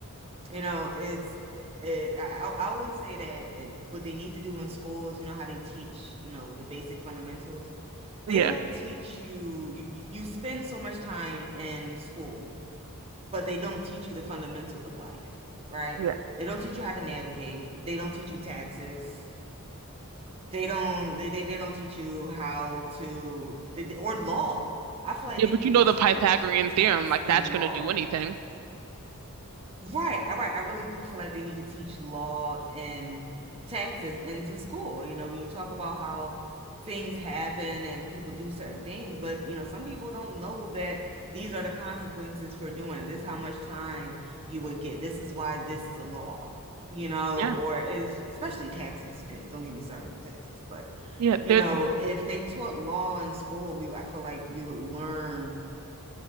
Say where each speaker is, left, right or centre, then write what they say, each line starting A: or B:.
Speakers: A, on the right; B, on the right.
A: You know, it's it, it, I, I always say that it, what they need to do in schools, you know, how they teach, you know, the basic fundamentals. They
B: yeah,
A: don't teach you, you, you spend so much time in school but they don't teach you the fundamentals of life, right?
B: yeah.
A: They don't teach you how to navigate. They don't teach you taxes. They don't they they, they don't teach you how to they, they- or law. I feel like
B: Yeah,
A: they
B: but
A: need
B: you know
A: to teach
B: the Pythagorean
A: tax
B: theorem, like
A: and
B: that's gonna
A: law
B: do anything.
A: Right, I right. I really do feel like they need to teach law and taxes into school. You know, you talk about how things happen and people do certain things, but you know, some people don't know that these are the consequences for doing this, how much time you would get. This is why this is a law, you know,
B: Yeah,
A: or if, especially taxes. Goodness, Don't get me started on taxes, but
B: yeah. There,
A: you know, if they taught law in school, we I feel like we would learn